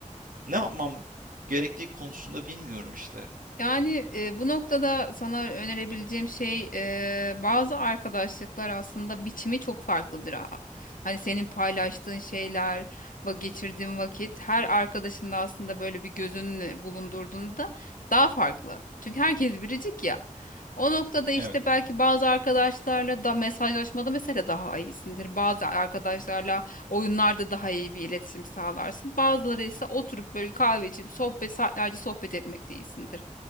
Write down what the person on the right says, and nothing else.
Ne yapmam gerektiği konusunda bilmiyorum işte.
Evet,